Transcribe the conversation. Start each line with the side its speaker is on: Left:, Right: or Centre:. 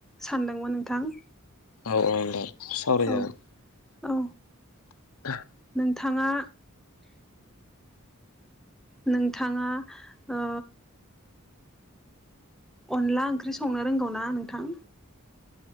Centre: सानदोंमोन नोंथां
Left: औ औ दे सावराय
Centre: औ
Left: जागोन
Centre: औ
Left: <inaudible>
Centre: नोंथाङा नोंथाङा ओ अनला ओंख्रि संनो रोंगौ ना नोंथां?